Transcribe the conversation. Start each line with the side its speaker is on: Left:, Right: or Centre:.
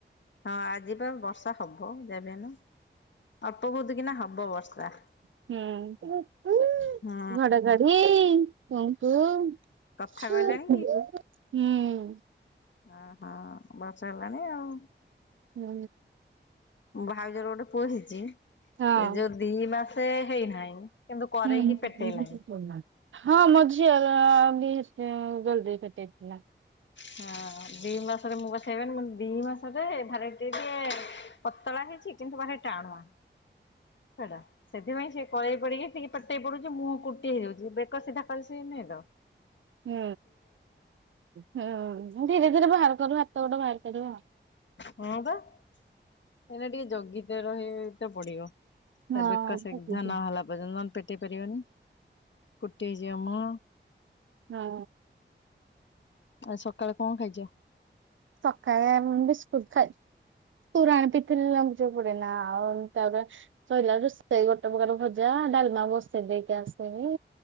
Left: ହଁ ଆଜି ପା ବର୍ଷା ହବ ଯବିହେଲେ। ଅଳ୍ପ ବହୁତି କିନା ହବ ବର୍ଷା।
Right: ହୁଁ
Left: ହୁଁ।
Right: ଘଡଘଡି କୁହନ୍ତୁ।
Left: କଥା କହିଲାଣି
Right: ହୁଁ।
Left: ହଁ ହଁ ବର୍ଷା ହେଲାଣି ଆଉ।
Right: ହୁଁ
Left: ଭାଉଜଙ୍କ ଗୋଟେ ପୁଅ ହେଇଚି
Right: ହଁ।
Left: ଏ ଯୋଉ ଦି ମାସେ ହେଇନାହିଁ। କିନ୍ତୁ କରେଇକି
Right: ହୁଁ
Left: ପେଟେଇଲାଣି।
Right: ହଁ ମଝିଆ ର ବି ସେ ଜଲଦି କଟେଇଥିଲା।
Left: ହଁ ଦି ମାସରେ ମୁଁ ପା ଖାଇହେଇବନି ମୁଁ ଦି ମାସରେ ଭାରି ଟିକେ ପତଳା ହେଇଚି କିନ୍ତୁ ଭାରି ଟାଣୁଆ। ସେଟା ସେଥିପାଇଁ ସିଏ କଳେଇ ପଡିକି ଟିକେ ପେଟେଇ ପଡୁଛି ମୁହଁ କୁଟି ହେଇଯାଉଛି ବେକ ସିଧା କଲି ସି ଅ
Right: ହୁଁ ହୁଁ ଧୀରେ ଧୀରେ ବାହାର କରିବ ହାତ ଗୋଡେ ବାହାର କରିବ ଆଉ।
Left: ହଁ ପା ଏଇନା ଟିକେ ଜଗିତେ ରହିଆତ ପଡିବ। ତା
Right: ହଁ
Left: ବେକ ସିକଧା
Right: ହୁଁ
Left: ନ ହେଲା ପର୍ଯ୍ୟନ୍ତ ନହେଲେ ପେଟେଇ ପାରିବନି। କୁଟି ହେଇଯିବ ମ
Right: ହଁ।
Left: ଆଜି ସକାଳେ କଣ ଖାଇଚ?
Right: ସକାଳେ ଆ ମୁ ବିିସ୍କୁଟ ଖାଇ ପୁରାଣୀ ପିଥିଲ ଲାଗୁଛି ପଡେ ନା ଆଉ ତାପରେ ସୋଇଲା ରୋଷେଇ ଗୋଟେ ପ୍ରକାର ଭଜା ଡାଲମା ବସେ ଦେଇକି ଆସେନି